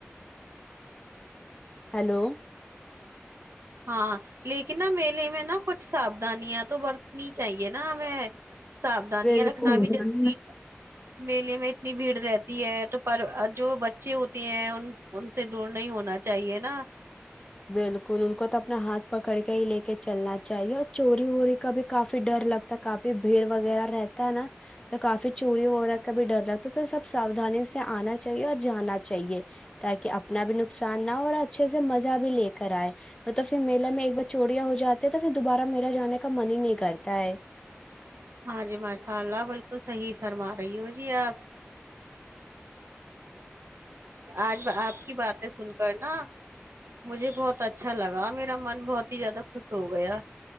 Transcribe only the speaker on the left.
ہیلو
بالکل
بالکل ان کو تو اپنا ہاتھ پکڑ کے ہی لے کے چلنا چاہیے اور چوری ووری کا بھی کافی ڈر لگتا ہے کافی بھیڑ وغیرہ رہتا ہے نا تو کافی چوری وغیرہ کا بھی ڈر لگتا ہے س سب سادانی سے آنا چاہیے اور جانا چاہیے تاکہ اپنا بھی نقصان نہ ہو اور اچھے سے مز بھی لے کر آئے تو پھر میے میں ایک بار چوریاں ہو جاتی ہیں تو پھر دوبارہ میلہ جانے کا من ہی نہیں کرتا ہے